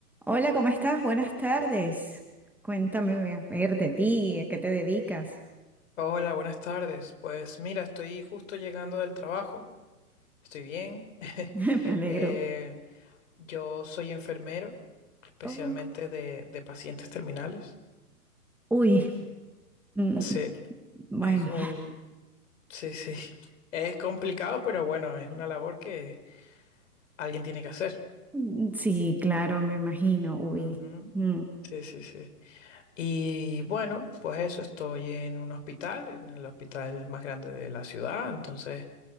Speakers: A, in the centre; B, on the left.
A: Hola, ¿cómo estás? Buenas tardes. Cuéntame, a ver, de ti, ¿a qué te dedicas?
B: Hola, buenas tardes. Pues mira, estoy justo llegando del trabajo. Estoy bien. <laughs>
A: <laughs> Me alegro.
B: Eh, yo soy enfermero, especialmente
A: Oh,
B: de, de pacientes terminales.
A: Uy, mm,
B: Sí,
A: bueno,
B: es un, sí, sí. <laughs> Es complicado, pero bueno, es una labor que alguien tiene que hacer.
A: mm, sí, claro, me imagino, uy,
B: Ujú.
A: mm,
B: Sí, sí, sí. Y bueno, pues eso, estoy en un hospital, en el hospital más grande de la ciudad, entonces